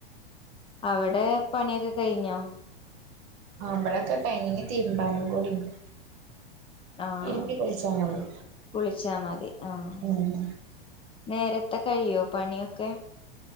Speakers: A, on the left; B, on the right.
A: അവടെ പണ്യോക്കെ കെയ്ഞ്ഞോ
B: ആമ്പളൊക്കെ കഴിഞ്ഞ് തീരുമ്പാനും കൂടിണ്ട്
A: ആഹ
B: തിരുമ്പി കുളിച്ചാനായി
A: കുളിച്ചാ മതി ആഹ
B: ഉം
A: നേരത്തെ കഴിയോ പണിയൊക്കെ